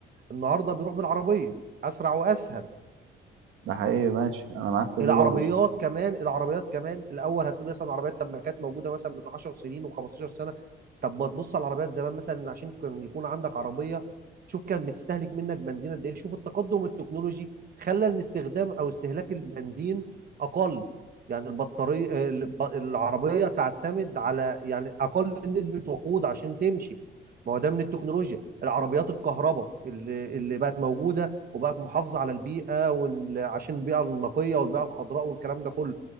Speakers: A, on the right; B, on the right.
A: النهارده بيروح بالعربيه اسرع واسهل
B: ده حقيقي ماشي انا معاك في
A: العربيات
B: دي برضه
A: كمان العربيات كمان الاول هتقول مثلا العربيات طب ما كانت موجوده مثلا من 10 سنين و15 سنه طب ما تبص على العربيات زمان مثلا عشان كان يكون عندك عربيه شوف كان بتستهلك منك بنزين قد ايه شوف التقدم التكنولوجي خلى ان استخدام او استهلاك البنزين اقل يعني البطاريه الب- العربيه تعتمد على يعني اقل نسبه وقود عشان تمشي ما هو ده من التكنولوجيا العربيات الكهرباء اللي اللي بقت موجوده وبقت محافظه على البيئه وال- عشان البيئه النقيه والبيئه الخضراء والكلام ده كله